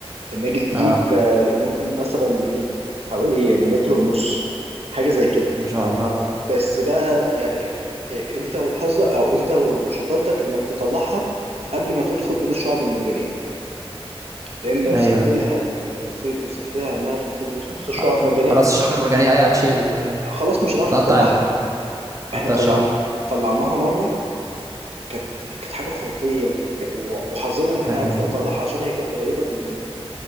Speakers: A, on the right; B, on the right.
A: النجل دي
B: اه
A: ك- ممكن مثلا ايه حوالي متر ونص حاجه زي كده
B: ما شاء الله
A: بس بقى يعني إيه، انت وحظك او انت وشطارتك انك تطلعها قبل ما تدخل بين الشعب المرجانيه لان لو
B: ايوه
A: سبت لها ال- الخيط وسبت لها انها تدخل وسط الشعب
B: آه،
A: المرجانيه
B: خلاص الشعب المرجانيه ايوه هتشيل ال- ده ده.
A: خلاص مش هتعرف
B: هتقطع
A: تطلعها
B: ال...
A: احنا
B: هتقطع
A: طلعنا
B: الشعر
A: طلعناها مره كانت كانت حاجه خرافيه ك- وحظنا ان احنا
B: لا
A: عرفنا
B: يعني
A: نطلعها عشان هي كانت قريبه مننا